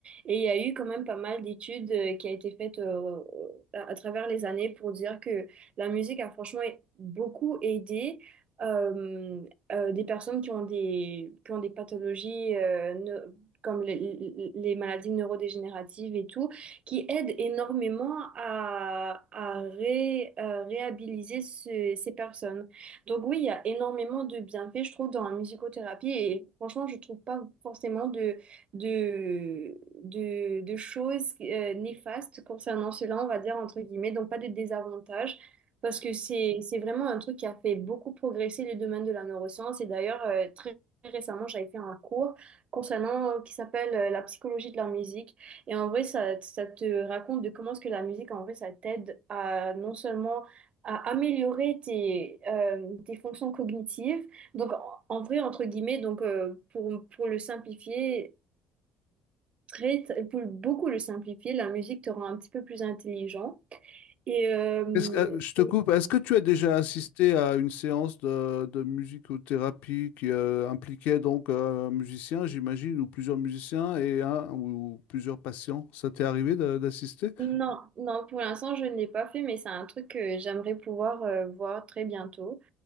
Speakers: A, on the right (about 45°); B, on the left (about 75°).
A: et il y a eu quand même pas mal d'études euh, qui a été faites euh, à, à travers les années pour dire que la musique a franchement beaucoup aidé euh, euh, des personnes qui ont des, qui ont des pathologies euh, neu- comme les, les- les maladies neurodégénératives et tout qui aide énormément à, à ré- euh, réhabiliter ce- ces personnes. Donc oui, il y a énormément de bienfaits, je trouve, dans la musicothérapie et franchement, je trouve pas forcément de, de, de, de choses euh, néfastes concernant cela, on va dire, entre guillemets, donc pas de désavantages. Parce que c'est c'est vraiment un truc qui a fait beaucoup progresser le domaine de la neuroscience. Et d'ailleurs, euh, très récemment, j'avais fait un cours concernant euh, qui s'appelle euh, la psychologie de la musique. Et en vrai, ça, ça te raconte de comment est-ce que la musique, en vrai, ça t'aide à non seulement à améliorer tes, euh, tes fonctions cognitives, donc en, en vrai, entre guillemets, donc euh, pour, pour le simplifier, très, très- pour beaucoup le simplifier, la musique te rend un petit peu plus intelligent. Et, euh,
B: Est-ce que- euh, je te
A: et-
B: coupe. Est-ce que tu as déjà assisté à une séance de, de musicothérapie qui euh, impliquait donc euh, un musicien, j'imagine, ou plusieurs musiciens et un ou plusieurs patients? Ça t'est arrivé de- d'assister?
A: non, non, pour l'instant, je ne l'ai pas fait, mais c'est un truc que j'aimerais pouvoir euh, voir très bientôt.